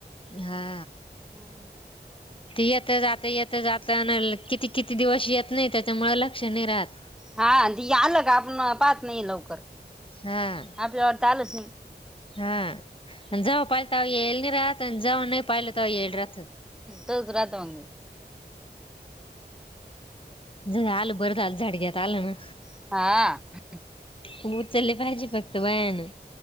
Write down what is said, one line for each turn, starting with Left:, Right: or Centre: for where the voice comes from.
Left: हा
Centre: हम्म.
Left: ते येता जाता येता जाता अन किती- किती दिवस येत नाही, त्याच्यामुळे लक्ष नाही राहत.
Centre: हा ते आलं का आपण पाहत नाही लवकर,
Left: हा
Centre: आपल्या वाटतं आलंच नाही.
Left: हा जव्हा पाहिल तव्हा येईल नई रहात अन, जव्हा नई पहात तव्हा येईल रहातं.
Centre: तसच राहतं मग..
Left: झालं बरं झालं झडग्यात आलं ना.
Centre: हा..
Left: उचललं पाहिजे फक्त बयानं.